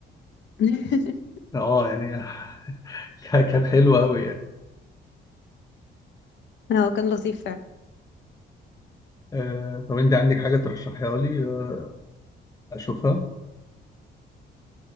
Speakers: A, on the left; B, on the left.
A: <laughs>
B: اه يعني <laughs> كان كان حلو قوي يعني
A: هو كان لطيف فعلا
B: آه، طب انت عندك حاجة ترشحيها لي آه، اشوفها